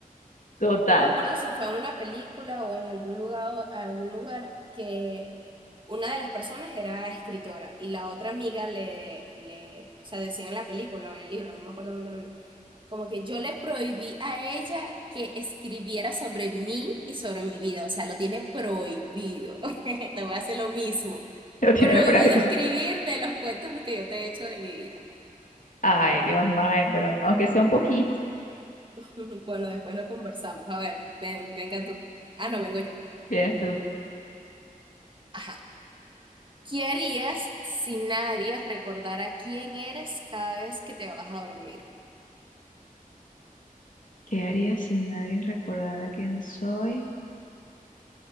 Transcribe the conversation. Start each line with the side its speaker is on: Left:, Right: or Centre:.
Left: Total.
Right: Yo no me acuerdo si fue en una película o en algún lugar, algún lugar que una de las personas era escritora y la otra amiga le, le, o sea, decía en la película o en el libro, no me acuerdo dónde lo vi, como que yo le prohibí a ella que escribiera sobre mí y sobre mi vida, o sea, lo tiene prohibido. <laughs> Te voy a hacer lo mismo.
Left: <laughs> Lo tiene
Right: Prohibido
Left: por ahí.
Right: escribir de los cuentos que yo te he hecho de mi vida.
Left: Ay, Dios mío, pero aunque sea un poquito,
Right: <laughs> Bueno, después lo conversamos. A ver, ven, venga tú. Ah, no, vengo yo.
Left: vienes tú.
Right: Ajá. ¿Qué harías si nadie recordara quién eres cada vez que te vas a dormir?
Left: ¿Qué haría si nadie recordara quién soy?